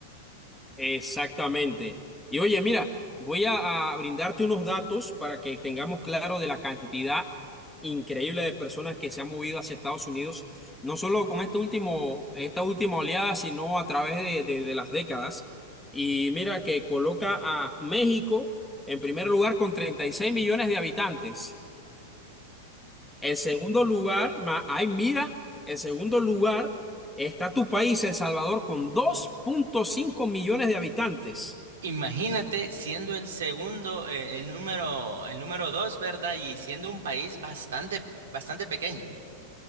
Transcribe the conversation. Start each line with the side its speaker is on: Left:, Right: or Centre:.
Centre: Exactamente. Y oye, mira, voy a, a brindarte unos datos para que tengamos claro de la cantidad increíble de personas que se han movido hacia Estados Unidos, no solo con este último, esta última oleada, sino a través de, de- de las décadas. Y mira que coloca a México en primer lugar con 36 millones de habitantes. El segundo lugar, ma- ay, mira, el segundo lugar está tu país, El Salvador, con dos punto cinco millones de habitantes.
Right: Imagínate siendo el segundo, eh, el número, el número dos, ¿verdad? Y siendo un país bastante, bastante pequeño.